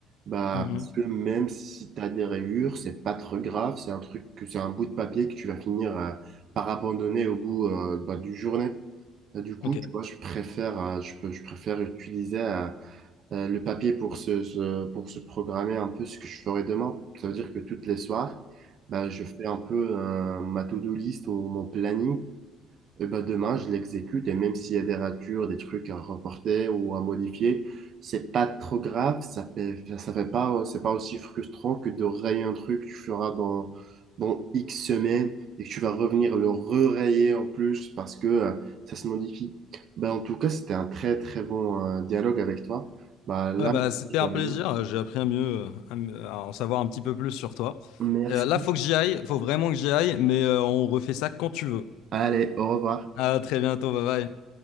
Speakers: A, on the right (about 50°); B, on the left (about 85°).
A: Bah,
B: Mhm.
A: parce que même si tu as des rayures, c'est pas trop grave. C'est un truc que c'est un bout de papier que tu vas finir euh, par abandonner au bout euh, bah, d'une journée. Et Du coup,
B: Ok.
A: tu vois, je préfère, euh, je peux, je préfère utiliser euh, euh, le papier pour se, se- pour se programmer un peu ce que je ferai demain. Ça veut dire que toutes les soirs, bah, je fais un peu euh, ma to-do list ou mon planning et ben demain, je l'exécute. Et même s'il y a des ratures, des trucs à reporter ou à modifier, c'est pas trop grave. Ça fait, ça fait pas, c'est pas aussi frustrant que de rayer un truc que tu feras dans, dans X semaines et que tu vas revenir le re-rayer en plus parce que euh, ça se modifie. Ben, en tout cas, c'était un très, très bon euh, dialogue avec toi. Ben, là,
B: Ouais, bah, c'était
A: je dois
B: un plaisir.
A: y aller.
B: Euh, J'ai appris à mieux, euh, à mieux- à en savoir un petit peu plus sur toi.
A: Merci.
B: Euh, là, faut que j'y aille. Faut vraiment que j'y aille, mais euh, on refait ça quand tu veux.
A: Allez, au revoir.
B: À très bientôt. Bye bye.